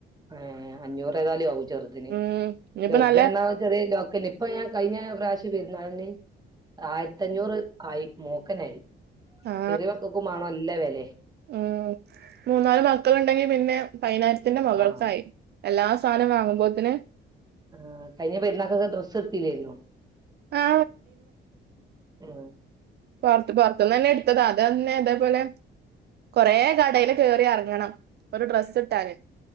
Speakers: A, on the right (about 20°); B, on the right (about 55°).
A: ഏ അഞ്ഞൂറ് ഏതായാലും ആവും ചെറുതിന്.
B: ഉം ഇനിയിപ്പോ
A: ചെറുത്
B: നല്ല
A: ന്ന പറഞ്ഞ ചെറിയ ലോക്കില്ലേ ഇപ്പ ഞാ കഴിഞ്ഞ പ്രാശ്യം പെരുന്നാളിന് ആയിരത്തഞ്ഞൂറ് ആയി മോക്കെന്നായി.
B: ആ
A: ചെറിയ മക്കക്കും വാണം നല്ല വെല്
B: ഉം മൂന്നാല് മക്കളുണ്ടെങ്കി പിന്നെ പതിനായിരത്തിന്റെ മകൾക്കായി
A: ആഹ്
B: എല്ലാ സാധനും വാങ്ങുമ്പോത്തിന്
A: ആ കഴിഞ്ഞ പെര്ന്നാള്ക്കൊക്കെ ഡ്രസ് എടുത്തില്ലാരുന്നോ?
B: ആ
A: ആ
B: പറത്ത് പാറത്ത്ന്ന് തന്നെ എടുത്തതാ അത തന്നെ അതേപോലെ കൊറേ കടെയില് കയറി എറങ്ങണം ഒരു ഡ്രസ്സ് ഇട്ടാന്.